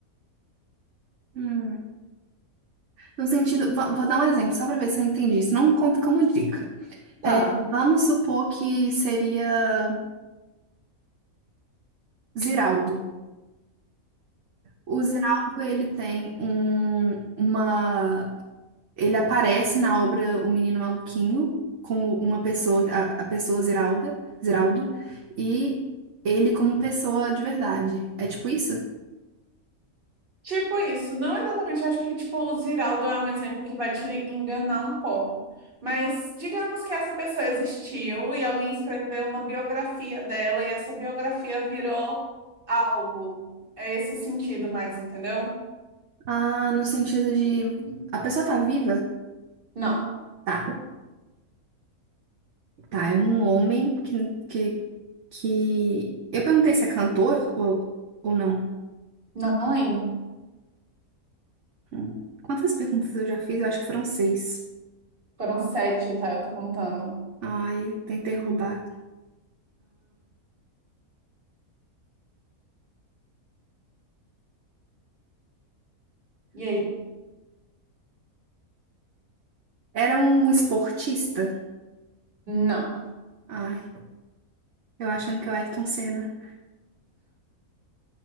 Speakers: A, on the right; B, on the right.
A: Hum. No sentido, vou, vou dar um exemplo só para ver se eu entendi. Isso não conta como dica.
B: Tá.
A: Vamos supor que seria Ziraldo. O Ziraldo, ele tem um, uma. Ele aparece na obra O Menino Maluquinho como uma pessoa, a, a pessoa Ziralda, Ziraldo, e ele como pessoa de verdade. É tipo isso?
B: Tipo isso, não exatamente. Acho que tipo o Ziraldo é um exemplo que vai te enganar um pouco. Mas digamos que essa pessoa existiu e alguém escreveu uma biografia dela e essa biografia virou algo. É esse sentido mais, entendeu?
A: Ah, no sentido de a pessoa tá viva?
B: Não,
A: Tá, tá. É um homem que, que, que... Eu perguntei se é cantor ou, ou não.
B: não lembro.
A: Hum. Quantas perguntas eu já fiz? Eu acho que foram seis.
B: Foram sete, tá? Eu tô contando.
A: Ai, tentei roubar.
B: E aí?
A: Era um esportista?
B: Não,
A: Ai, eu achando que é o Ayrton Senna.